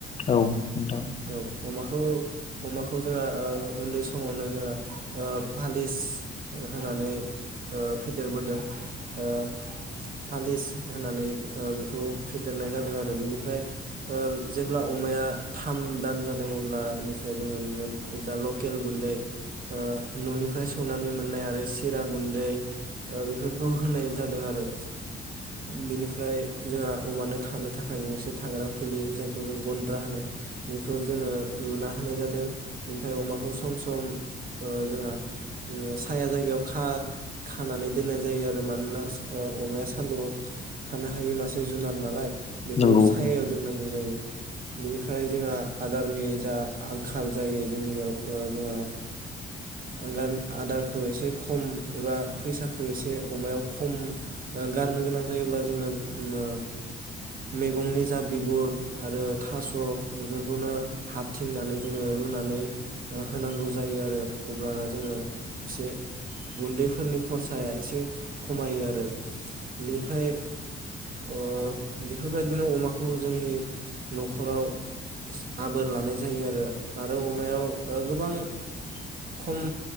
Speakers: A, on the left; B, on the right.
A: औ नोंथां
B: औ अमाखौ अमाखौ जोंहा ओ उन्दै समावनो जोंहा ओ फालिस होनानै ओ फेदेरबोदों ओ फालिस होनानै ओ बेखौ फेदेरनाय जादों आरो बेनिफ्राय ओ जेब्ला अमाया थाम दान जा जों अब्लानिफ्राय जोङो बिबदिनो लकेल गुन्दै ओ ननिफ्राय सौनानै मोननाय आरो सिरा गुन्दै ओ बेफोरखौ होनाय जादों आरो। बेनिफ्राय जोंहा अमानो थानो थाखाय गंसे थाग्रा खुलि जायखौ जों गन्द्रा होनो बेखौ जोङो लुना होनाय जादों। बिनिफ्राय अमाखौ सम सम जोंहा साया जायगायाव खा-खानानै दोननाय जायो आरो मानोना अमाया सान्दुंङाव थानो हायो मासे जुनार नालाय। बेखौ
A: नंगौ
B: सायायाव दोननांगौ जायो। बिनिफ्राय जोंहा आदारनि जा आंखाल जायो जोंनियाव ओ जोंहा आगान आदारखौ एसे खम एबा फैसाखौ एसे अमायाव खम ओ गारनो गोनां जायोब्ला जोङो ओ मैगंनि जा बिगुर आरो थास' बेफोरखौनो हाबथिंनानै जोङो रुनानै होनांगौ जायो आरो। अब्लाना जोङो एसे गुन्दैफोरनि खरसाया एसे खमायो आरो। बेनिफ्राय ओ बेफोरबायदिनो अमाखौ जोंनि न'खराव एस आबोर लानाय जायो आरो। आरो अमायाव गोबां खम